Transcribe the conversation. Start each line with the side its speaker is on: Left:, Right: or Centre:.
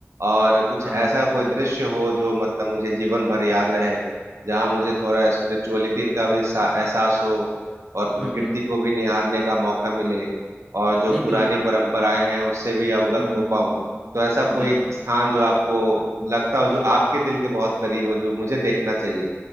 Right: और कुछ
Centre: हाँ
Right: ऐसा कोई दृश्य हो जो मतलब मुझे जीवन भर याद रहे जहां मुझे थोड़ा स्पिरिचुअलिटी का भी सा- एहसास हो और प्रकृति
Centre: हम्म हम्म
Right: को भी निहारने का मौका मिले और जो
Centre: नहीं
Right: पुरानी
Centre: बिल
Right: परंपराएं हैं उससे भी अवगत
Centre: हम्म
Right: हो
Centre: हम्म
Right: पाऊं
Centre: हम्म,
Right: तो ऐसा कोई
Centre: बिल्कुल
Right: एक स्थान जो आपको लगता हो जो आपके दिल के बहुत करीब हो जो मुझे देखना चाहिए